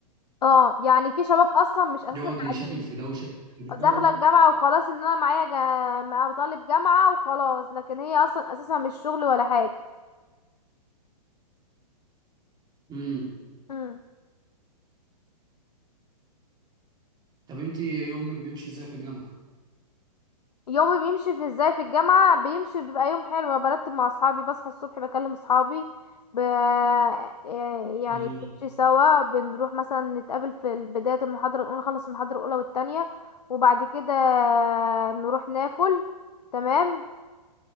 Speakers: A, on the left (about 80°); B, on the right (about 20°).
A: اه يعني في شباب اصلا مش اساسا
B: يقعد
A: تعليم
B: يشكل في ده ويشكل في ده
A: داخلة الجامعة وخلاص ان انا معايا جا... مع- طالب جامعة وخلاص لكن هي اصلا اساسا مش شغل ولا حاجة
B: امم
A: مم.
B: طب انت يومك بيمشي ازاي في الجامعة؟
A: يومي بيمشي في ازاي في الجامعة بيمشي بيبقى يوم حلو برتب مع اصحابي بصحى الصبح بكلم اصحابي ب... آه، يعني
B: امم
A: بنمشي سوا بنروح مثلا نتقابل في بداية المحاضرة الأولى نخلص المحاضرة الأولى والتانية وبعد كده نروح ناكل تمام